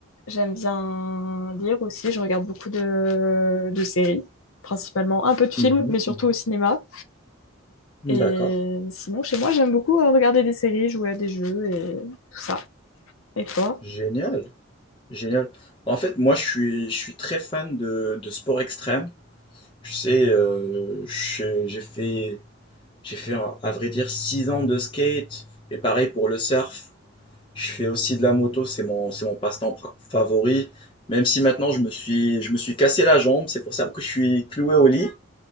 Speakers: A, on the left; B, on the left.
A: j'aime bien lire aussi. Je regarde beaucoup de, de séries, principalement un peu de films,
B: Mhm,
A: mais surtout
B: mhm.
A: au cinéma. Et
B: D'accord.
A: sinon, chez moi, j'aime beaucoup euh, regarder des séries, jouer à des jeux et tout ça. Et toi?
B: Génial. Génial. En fait, moi, je suis, je suis très fan de, de sport extrême. Je sais, euh, je- j'ai fait, j'ai fait, à vrai dire, 6 ans de skate. Et pareil pour le surf. Je fais aussi de la moto, c'est mon, c'est mon passe-temps pra- favori. Même si maintenant je me suis, je me suis cassé la jambe, c'est pour ça que je suis cloué au lit.